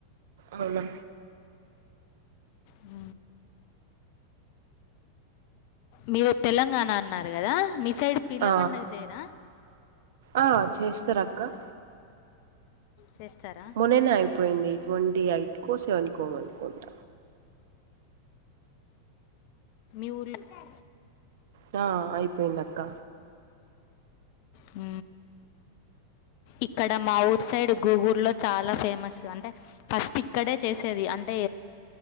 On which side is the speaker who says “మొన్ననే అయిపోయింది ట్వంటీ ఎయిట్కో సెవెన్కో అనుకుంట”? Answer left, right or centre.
Right